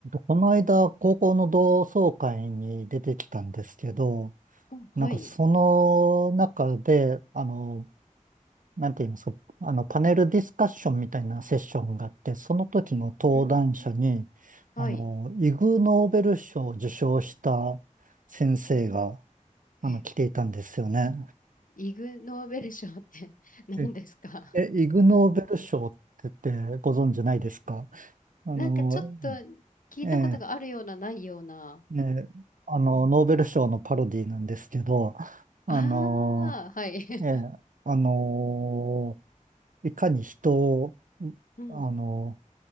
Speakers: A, on the right; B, on the left.
A: この間、高校の同窓会に出てきたんですけど、
B: お、はい。
A: なんかその中で、あの、なんて言いますか、あの、パネルディスカッションみたいなセッションがあって、その時の登壇者に、
B: うんうんはい。
A: あの、イグ・ノーベル賞を受賞した先生が、あの、
B: え
A: 来ていたんですよね。
B: イグ・ノーベル賞って <laughs> 何ですか
A: え、えイグ・ノーベル賞って言ってご存知ないですかあの、
B: なんかちょっと聞いたことがあるような、
A: ええ
B: ないような。
A: ね、あの、
B: うん。
A: ノーベル賞のパロディなんですけど、あの、
B: ああ、はい。<laughs>
A: ええ、あの、いかに人を、
B: うん。
A: あの、